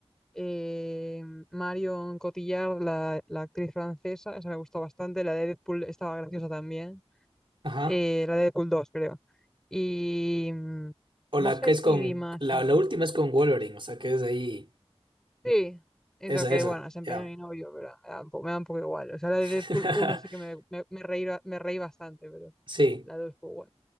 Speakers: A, in the centre; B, on the right.
A: eh, Marion Cotillard, la, la actriz francesa, esa me gustó bastante, la de Deadpool estaba graciosa también,
B: ajá.
A: eh, la de Deadpool dos creo. Y mm,
B: O
A: no
B: la
A: sé
B: que es
A: si
B: con,
A: vi más.
B: la,
A: en-
B: la última es con Wolverine, o sea, que es ahí,
A: Sí, eso
B: esa,
A: que
B: esa,
A: bueno, se empeñó
B: ya.
A: mi novio, pero me da un poco, me da un poco igual. O sea, la
B: <laughs>
A: de Deadpool uno sí que me, me, me reí, ba- me reí bastante, pero
B: Sí,
A: la dos pues bueno.